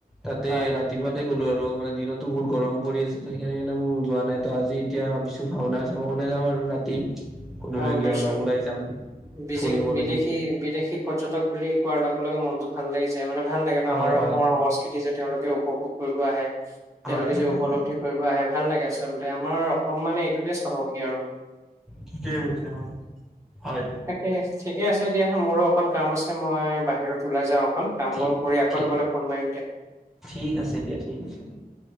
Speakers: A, in the centre; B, on the right.
A: তাতেই
B: হয়
A: ৰাতিপুৱাতে গ'লো আৰু, মানে দিনতো বহুত গৰম পৰি আছে, ত' সেইকাৰণে একদম যোৱা নাই, ত' আজি এতিয়া ভাবিছো ভাওনা চাব মানে যাম আৰু ৰাতি। গধূলিকে
B: গম পাইছোঁ,
A: অলপ ওলাই যাম।
B: বিজে,
A: ফুৰিব
B: বিদেশী,
A: লাগিব
B: বিদেশী পৰ্যটক বুলি কোৱাৰ লগে লগে মনতো ভাল লাগি যায়, মানে ভাল লাগে ন',
A: হয়
B: আমাৰ
A: হয়
B: অসমৰ সংস্কৃতি যে তেওঁলোকে উপভোগ কৰিব আহে। তেওঁলোকে
A: হয় হয়
B: যে উপলব্ধি
A: হয়
B: কৰিব আহে, ভাল লাগে আচলতে, আমাৰ অসম মানে এইটোতেই চাহকী আৰু।
A: ঠিকেই কৈছা হয়
B: তাকেহে ঠিকেই আছে দিয়া, মোৰো অকণ কাম আছে, মই বাহিৰত ওলাই যাওঁ অকন, কাম
A: ঠিক
B: বন কৰি আকৌ
A: ঠিক
B: তোমালৈ ফোন মাৰিম দিয়া।
A: ঠিক আছে দিয়া, ঠিক আছে